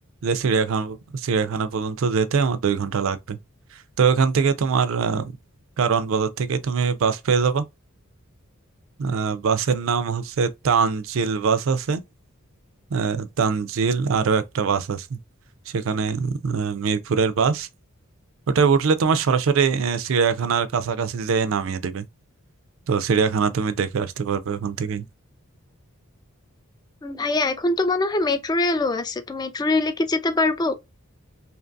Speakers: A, on the right; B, on the left.
A: যে চিড়িয়াখানা চিড়িয়াখানা পর্যন্ত যেতে আমার দুই ঘন্টা লাগবে তো এখান থেকে তোমার আহ, কারওয়ান বাজার থেকে তুমি বাস পেয়ে যাবা আহ, বাসের নাম হচ্ছে তানজিল বাস আছে আহ, তানজিল আরো একটা বাস আছে সেখানে আহ, মিরপুরের বাস ওটা উঠলে তোমার সরাসরি আহ, চিড়িয়াখানার কাছাকাছি যেয়ে নামিয়ে দেবে তো চিড়িয়াখানা তুমি দেখে আসতে পারবে ওখান থেকে
B: উম, ভাইয়া এখন তো মনে হয় মেট্রো রেলও আছে তো মেট্রো রেলে কি যেতে পারবো